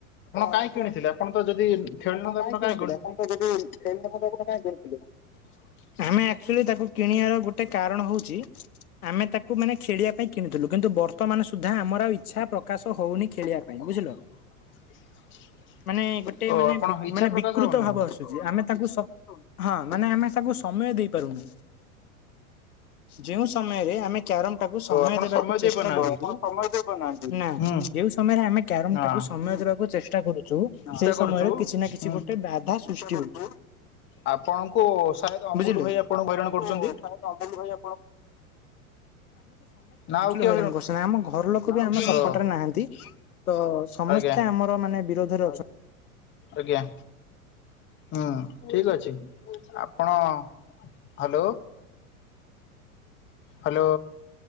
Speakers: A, on the left (about 80°); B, on the left (about 25°).
A: ହଁ
B: କାହିଁ
A: ଆପଣ
B: କିଣିଥିଲେ ତ ଯଦି ଖେଳିନଥାନ୍ତେ
A: ଆପଣ କାହିଁକି
B: କାହିଁ
A: କିଣିଥିଲେ ଆପଣ ତ ଯଦି ଖେଳି ନଥାନ୍ତେ ଆକୁ ମାନେ ଜୁ ଥିଲେ ତ
B: <inaudible>
A: ଆମେ ଆକଚୁଆଲି ତାକୁ କିଣିବାର ଗୋଟେ କାରଣ ହଉଛି ଆମେ ତାକୁ ମାନେ ଖେଳିବା ପାଇଁ କିଣିଥିଲୁ କିନ୍ତୁ ବ ବର୍ତ୍ତମାନ ସୁଦ୍ଧା ଆମର ଆଉ ଇଚ୍ଛା ପ୍ରକାଶ ହଉନି ଖେଳିବା ପାଇଁ ବୁଝିଲ।
B: <inaudible>
A: ମାନେ ଗୋଟେ
B: ଓ
A: ମାନେ
B: ଆପଣ
A: ବି
B: ଇଚ୍ଛା
A: ମାନେ
B: ପ୍ରକାଶ
A: ବିକୃତ
B: ହଉନି
A: ଭାବ ଆସୁଛି ଆମେ ତାଙ୍କୁ ସ ହଁ ମାନେ ଆମେ ତାଙ୍କୁ ସମୟ ଦେଇପାରୁନୁ ଯେଉଁ ସମୟରେ ଆମେ କ୍ୟାରମ ଟାକୁ ସମୟ
B: ଓ ଆପଣ
A: ଦେବାକୁ ଚେଷ୍ଟା
B: ଦେଇ ପାରୁନାହାନ୍ତି
A: କରୁଚୁ ନା
B: ହୁଁ
A: ଯେଉ ସମୟରେ ଆମେ କ୍ୟାରମ
B: ହଁ
A: ଟାକୁ- ସମୟ ଦେବାକୁ ଚେଷ୍ଟା କରୁଛୁ
B: ଚିନ୍ତା
A: ସେଇ
B: କରୁଛୁ
A: ସମୟରେ କିଛି ନା କିଛି
B: ହୁଁ
A: ଗୋଟେ ବାଧା ସୃଷ୍ଟି ହଉଛି।
B: ଆପଣଙ୍କୁ ସାୟଦ ଅମୁଲ
A: ବୁଝିଲେ
B: ଭାଇ ଆପଣଙ୍କୁ
A: ଆମକୁ
B: ହଇରାଣ କରୁଛନ୍ତି
A: ସମସ୍ତେ ଆକଚୁଆଲି
B: ନା ଆଉ କିଏ
A: ହଇରାଣ କରୁଛନ୍ତି ଆମ ଘର ଲୋକ ବି ଆମ ସପଟରେ
B: ଓ
A: ନାହାନ୍ତି। ତ ସମସ୍ତେ
B: ଆଜ୍ଞା
A: ଆମର ମାନେ ବିରୋଧ ରେ
B: ଆଜ୍ଞା। ହଁ ଠିକ୍ ଅଛି ଆପଣ ହାଲୋ। ହାଲୋ